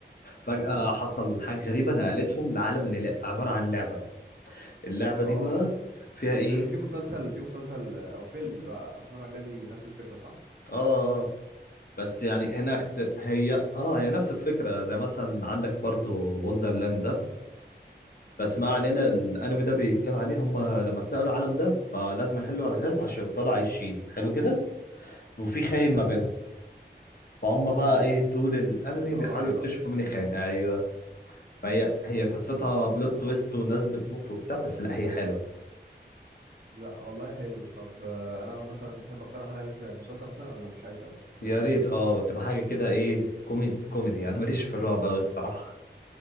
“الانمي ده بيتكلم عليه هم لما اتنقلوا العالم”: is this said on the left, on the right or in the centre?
Left